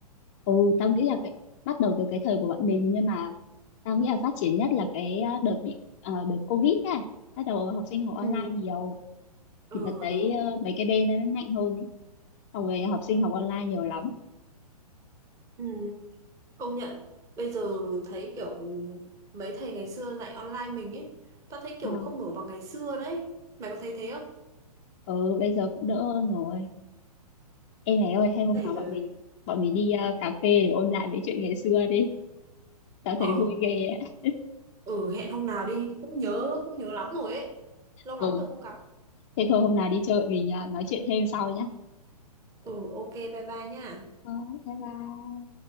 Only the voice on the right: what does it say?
Ừ,
ờ
đúng
ừ, công nhận bây giờ thấy kiểu mấy thầy ngày xưa dạy online mình ấy tao thấy kiểu
không nổi bằng ngày xưa đấy mày có thấy thế không
mấy
thầy
rồi
Ờ,
ừ hẹn hôm nào đi, cũng nhớ cũng nhớ lắm rồi ấy. Lâu
lắm rồi không gặp.
Ừ ok bye bye nha.